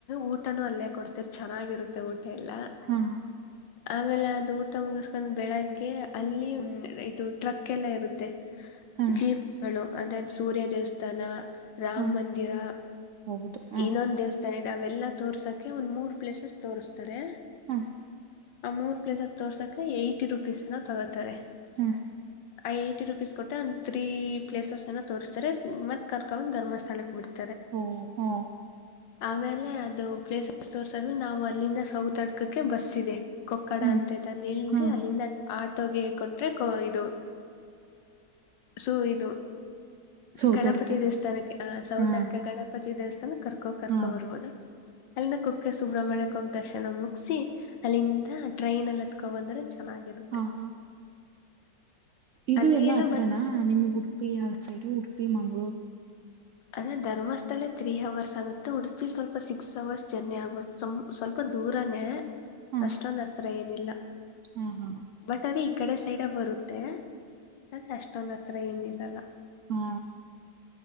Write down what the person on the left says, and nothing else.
ಊಟನುೂ ಅಲ್ಲೇ ಕೊಡ್ತರ್ ಚೆನ್ನಾಗಿರುತ್ತೆ ಊಟ ಎಲ್ಲ
ಆಮೇಲೆ ಅದು ಊಟ ಮುಗಿಸಕೊಂಡ್ ಬೆಳಗ್ಗೆ ಅಲ್ಲಿ ಇದು ಟ್ರಕ್ ಎಲ್ಲ ಇರುತ್ತೆ
ಜೀಪ್ಗಳು ಅಂದ್ರ ಅಲ್ಲಿ ಸೂರ್ಯ ದೇವಸ್ಥಾನ ರಾಮ್
ಮಂದಿರ
ಇನ್ನೊಂದ ದೇವಸ್ಥಾನ ಇದೆ ಅವೆಲ್ಲಾ ತೋರ್ಸಕ್ಕೆೆ ಒಂದ್ ಮೂರ್ ಪ್ಲೇಸಸ್ ತೋರ್ಸ್ತಾರೆ
ಆ ಮೂರ್ ಪ್ಲೇಸ ತೋರ್ಸಕ ಏಟಿ ರುಪೀಸ್ ನ ತಗೋತಾರೆ
ಅ ಏಟಿ ರುಪೀಸ್ ಕೊಟ್ಟ್ರ ಒಂದ ತ್ರೀ ಪ್ಲೇಸಸ್ ಎನ ತೋರಿಸಸ್ತಾರೆ ಮತ್ ಕರ್ಕೊಂಡಂದ ಧರ್ಮಸ್ಥಳಕ್ ಬಿಡ್ತಾರೆ
ಆಮೇಲೆ ಅದು ಪ್ಲೇಸಸ್ ತೋರ್ಸಾದ್ ನಾವು ಅಲ್ಲಿಂದ ಸೌತ್ ಹಡ್ಕಕ್ಕೆ ಬಸ್ ಇದೆ ಕೊಕ್ಕಡ
ಅಂತ ಇದಲ್ಲಿ ಇಳ್ದ
ಅಲ್ಲಿಂದ ಆ ತಗ ಕೊಟ್ರೆ ಇದು ಸ ಇ
ಗಣಪತಿ ದೇವಸ್ಥಾನಕ್ಕೆ ಸೌತರ್ಕ
ಗಣಪತಿ ದೇವಸ್ಥಾನ ಕರ್ಕೋ ಕರ್ಕೋ
ಬರ್ಬಹದು ಅಲ್ಲಿಂದ ಕುಕ್ಕೆ ಸುಬ್ರಹ್ಮಣ್ಯಕ್ಕೆ ಹೋಗ ದರ್ಶನ ಮುಟ್ಟ ಅಲ್ಲಿಂದ ಟ್ರೈನ್ ಅಲ್ಲಿ ಹತ್ಕೊ ಬಂದ್ರೆ ಚೆನ್ನಾಗಿರುತ್ತೆ
ಅಲ್ಲಿಗೆಲ್ಲ
ಬತ್
ಅದ ಧರ್ಮಸ್ಥ ತ್ತಳೆ ತ್ರೀ ಅವರ್ಸ್ ಆಗುತ್ತೆ ಉಡುಪಿ ಸ್ವಲ್ಪ ಸಿಕ್ಸ್ ಅವರ್ಸ್ ಜರ್ನಿ ಆಗುತ್ತ ಸ್ವಲ್ಪ ದೂರನೇ
ಅಷ್ಟೊಂದ್ ಹತ್ರ ಏನಿಲ್ಲ
ಬಟ್ ಅದೇ ಈ ಕಡೆ ಸೈಡೆ ಬರುತ್ತೆ ಅದೆ ಅಷ್ಟೊಂದ ಹತ್ರ ಏನಿರಲ್ಲ